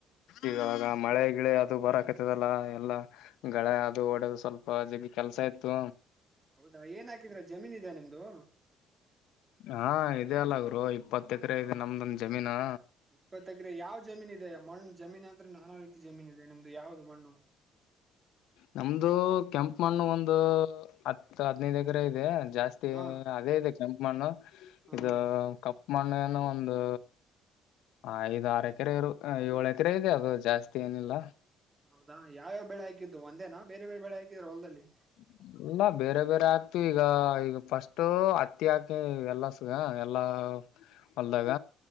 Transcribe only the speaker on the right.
ಹೌದಾ ಏನ್ ಹಾಕಿದ್ರ ಜಮೀನ್ ಇದ್ಯಾ ನಿಮ್ದು
ಇಪ್ಪತ್ತ ಎಕ್ರೆ ಯಾವ್ ಜಮೀನ್ ಇದೆ ಮಣ್ಣು ಜಮೀನ್ ಅಂದ್ರೆ ನಾನಾ ರೀತಿ ಜಮೀನ್ ಇದೆ ನಿಮ್ದು ಯಾವ್ದು ಮಣ್ಣು
ಹಾ
ಹಾ
ಹೌದಾ ಯಾವ್ಯಾವ ಬೆಳೆ ಹಾಕಿದ್ದು ಒಂದೇನಾ ಬೇರೆ ಬೇರೆ ಬೆಳೆ ಹಾಕಿದ್ರ ಹೊಲ್ದಲ್ಲಿ